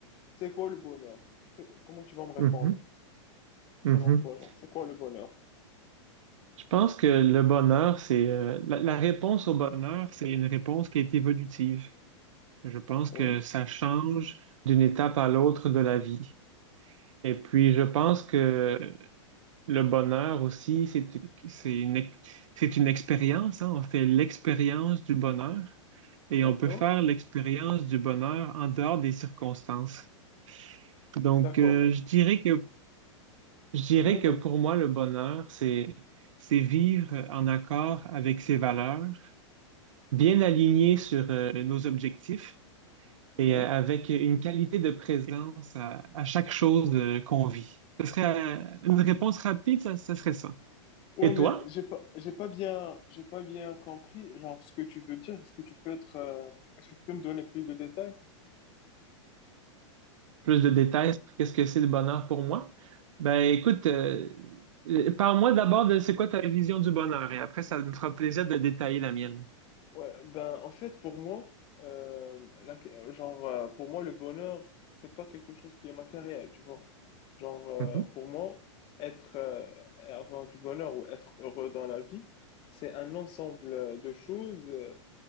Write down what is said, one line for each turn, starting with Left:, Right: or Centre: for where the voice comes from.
Left: c'est quoi le bonheur? Que- Comment tu vas me répondre
Right: mhm, mhm.
Left: selon toi, genre, c'est quoi le bonheur?
Right: Je pense que le bonheur, c'est euh, la, la réponse au bonheur, c'est une réponse qui est évolutive. Je pense
Left: Ouais,
Right: que ça change d'une étape à l'autre de la vie. Et puis, je pense que le bonheur aussi, c'est c'est une ex- c'est une expérience, hein. On fait l'expérience du bonheur et
Left: d'accord,
Right: on peut faire l'expérience du bonheur en dehors des circonstances. Donc,
Left: d'accord,
Right: euh,
Left: mais
Right: je dirais que Je dirais
Left: ouais, vas-y,
Right: que pour moi, le bonheur, c'est, c'est vivre en accord avec ses valeurs, bien aligné sur euh, nos objectifs et
Left: ouais,
Right: euh, avec une qualité de présence à, à chaque chose euh, qu'on vit. Ce serait euh, une réponse rapide, ça, ça serait ça.
Left: ouais,
Right: Et
Left: mais
Right: toi,
Left: j'ai pas j'ai pas bien j'ai pas bien compris genre ce que tu veux dire. Est-ce que tu peux être euh, est-ce que tu peux me donner plus de détails?
Right: plus de détails sur qu'est-ce que c'est le bonheur pour moi? Ben écoute, euh, euh, parle-moi d'abord de c'est quoi ta vision du bonheur et après ça me fera plaisir de détailler la mienne.
Left: Ouais, ben en fait pour moi, euh, la- genre euh, pour moi le bonheur c'est pas quelque chose qui est matériel, tu vois. Genre euh,
Right: Mhm,
Left: pour moi être euh, avoir du bonheur ou être heureux dans la vie, c'est un ensemble euh, de choses. euh,